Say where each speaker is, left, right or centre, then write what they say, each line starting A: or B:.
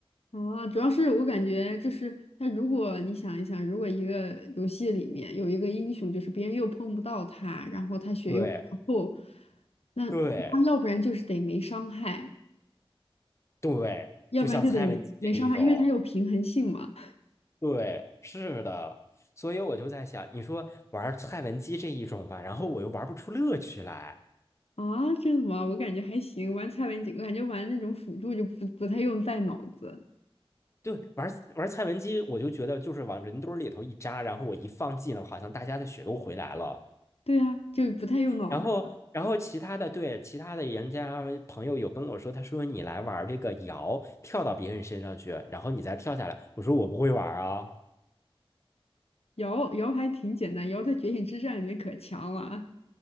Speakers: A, on the left; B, on the left.
A: 啊，主要是我感觉就是他，如果你想一想，如果一个游戏里面有一个英雄，就是别人又碰不到他，然后他血又比较厚，
B: 对
A: 那他要不然就是得没伤害，
B: 对。对，
A: 要不然就得没伤害，
B: 就像蔡文姬这一种，
A: 因为他有平衡性嘛。
B: 对，是的，所以我就在想，你说玩蔡文姬这一种吧，然后我又玩不出乐趣来。
A: 啊，这怎么？我感觉还行，玩蔡文姬，我感觉玩那种辅助就不不太用带脑子。
B: 对，玩玩蔡文姬，我就觉得就是往人堆儿里头一扎，然后我一放技能，好像大家的血都回来了。
A: 对啊，就不太用脑子，
B: 然后，然后其他的对其他的人家朋友有跟我说，他说你来玩这个瑶，跳到别人身上去，然后你再跳下来。我说我不会玩啊。
A: 瑶摇还挺简单，瑶在《觉醒之战》里面可强了啊！